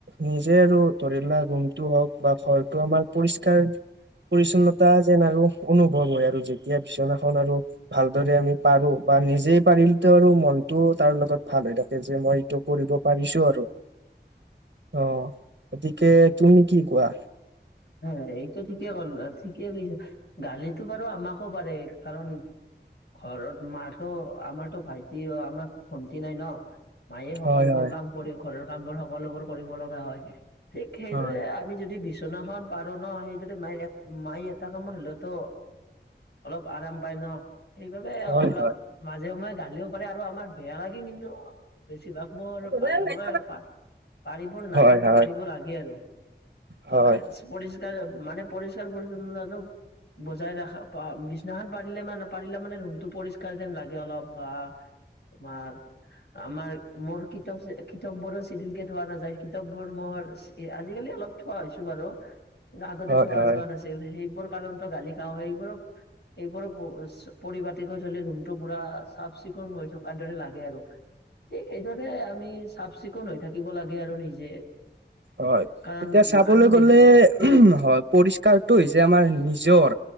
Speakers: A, on the right; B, on the left.
A: নিজে আৰু ধৰিলা ৰুমটো হওঁক বা ঘৰটো আমাৰ পৰিষ্কাৰ পৰিচ্ছন্নতা যেন আৰু অনুভৱ হয় আৰু যেতিয়া বিচনাখন আৰু ভালদৰে আমি পাৰোঁ বা নিজে পাৰিলতোঁ আৰু মনটো তাৰ লগত ভাল হৈ থাকে যে মই এইটো কৰিব পাৰিছোঁ আৰু। অ', গতিকে তুমি কি কোৱা?
B: হয়। এইটো ঠিকেই গ'ল ঠিকেই কৰিছে গালিতো বাৰু আমাকো পাৰে কাৰণ ঘৰত মাৰটো আমাৰতোঁ ভাইটি আ আমাৰ ভন্টি নাই ন। মায়ে সকলোবোৰ
A: হয় হয়
B: কাম কৰি ঘৰৰ কাম বোৰ সকলোবোৰ কৰিব লগা হয়। ঠিক সেইদৰে
A: হয়
B: আমি যদি বিচো নাখন পাৰোঁ ন সেইটোতে মায়ে এক মায়ে এটা কামত হলেওঁতো অলপ আৰাম পাই ন। সেইবাবে
A: হয়
B: অলপ
A: হয়
B: মাজে সময়ে গালিওঁ পাৰে আৰু আমাৰ বেয়া লাগে, কিন্তু বেছিভাগ মোৰ
A: হয়
B: আৰু পাৰিবলে পা পাৰিব নাই,
A: হয়
B: কিন্তু পাৰিব লাগে আৰু।
A: হয়
B: <unintelligible> পৰিষ্কাৰ মানে পৰিষ্কাৰ পৰিচ্ছন্নতাটো বজাই ৰাখা পা বিছনাখন পাৰিলে মানে পাৰিলে মানে ৰুমটো পৰিষ্কাৰ যেন লাগে অলপ বা তোমাৰ আমাৰ মোৰ কিতাপ চি কিতাপবোৰোঁ চিজিলকে থোৱা নাযায়। কিতাপবোৰ মোৰ চি আজিকালি অলপ খোৱা হৈছোঁ বাৰু কিন্তু আগতে
A: হয়
B: থোৱা
A: হয়
B: যোৱা নাছিল সেই <unintelligible> কাৰণতো গালি খাওঁ হয়। সেইবোৰক এইবোৰ পৰিচ পৰিপাটিকৈ থলে ৰুমটো পুৰা চাফ চিকুণ হৈ থকাৰ দৰে লাগে আৰু। ঠিক সেইদৰে আমি চাফ চিকুণ হৈ থাকিব লাগে আৰু নিজে।
A: হয়।
B: কাৰণ
A: এতিয়া চাবলৈ
B: আমি
A: গ'লে
B: দেখি
A: <inaudible> হয় পৰিষ্কাৰ টো হৈছে আমাৰ নিজৰ